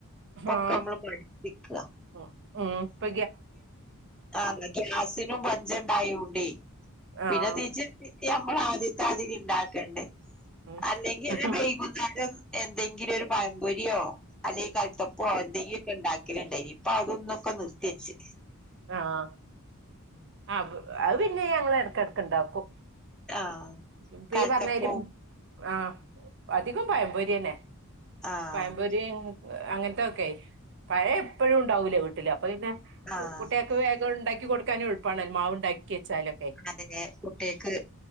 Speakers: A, in the centre; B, on the right (about 55°).
A: ഇപ്പൊക്കെ
B: ആ
A: നമ്മള് പിടിച്ചിക്ക
B: ഉം ഉം പ്പ
A: ആ ഗ്യാസിനും പഞ്ച ഉണ്ടായണ്ടേ
B: ആഹ്
A: പിന്നെ തീജ്ജ് നമ്മള ആദ്യത്തെ മാതിരി ഉണ്ടാക്കണ്ടേ,
B: ഉം
A: അല്ലെങ്കിൽ
B: ഉം
A: വൈകുന്നേരം ഒന്ന് എന്തെങ്കിലും ഒരു പഴമ്പൊരിയോ അല്ലെങ്കിൽ കൽത്തപ്പോ എന്തെങ്കിലുമൊക്കെ ഉണ്ടാക്കലുണ്ടായിനി. അപ്പൊ അതൊന്നൊക്കെ നിർത്തിച്ച്
B: ആഹ്, അ, അത് പിന്നെ ഞങ്ങള് എടയ്ക്കെടക്ക് ഇണ്ടാക്കും.
A: ആഹ്
B: ഇപ്പ
A: കൽത്തപ്പോ
B: ഈ പറഞ്ഞമാതിരി. ആ അധികം പഴംപോരി അന്നേ
A: ആഹ്
B: പഴംപൊരി അങ്ങനത്തൊയ്ക്കെ പഴം എപ്പഴും ഉണ്ടാവൂലെ വീട്ടില് അപ്പൊ പിന്നെ
A: ആഹ്
B: കുട്ടികൾക്ക് വേഗം ഇണ്ടാക്കി കൊടുക്കാനും എളുപ്പാണല്ലോ, മാവ് ഇണ്ടാക്കി വെച്ചാല്
A: അതെതെ, കുട്ടിയേൾക്ക്